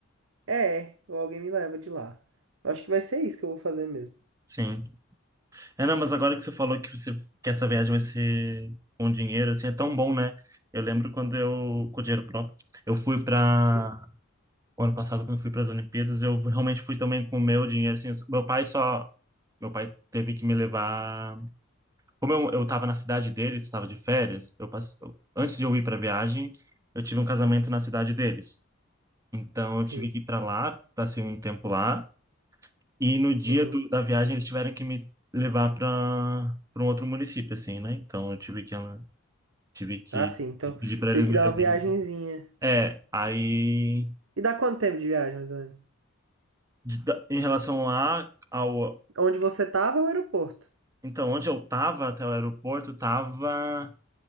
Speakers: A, on the right; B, on the right.
A: É, ou alguém me leva de lá. Eu Acho que vai ser isso que eu vou fazer mesmo.
B: Sim. É, não, mas agora que você falou que você que essa viagem vai ser com dinheiro, assim, é tão bom, né? Eu lembro quando eu, com dinheiro próprio, eu fui para
A: Sim,
B: o ano passado, quando eu fui para as Olimpíadas, eu realmente fui também com o meu dinheiro, assim, meu pai só, meu pai teve que me levar, como eu, eu tava na cidade deles, estava de férias, eu passei, antes de eu ir para a viagem, eu tive um casamento na cidade deles. Então
A: sim.
B: eu tive que ir para lá, passei um tempo lá, e no dia
A: Uhum.
B: do- da viagem eles tiveram que me levar para para um outro município, assim, né? Então eu tive que tive que
A: Ah, sim. Então,
B: pedir para
A: teve
B: eles me
A: que dar
B: levarem.
A: uma viagenzinha.
B: É, aí
A: E dá quanto tempo de viagem, mais ou menos?
B: de- da- em relação lá ao
A: Onde você tava é o aeroporto.
B: então onde eu tava até o aeroporto tava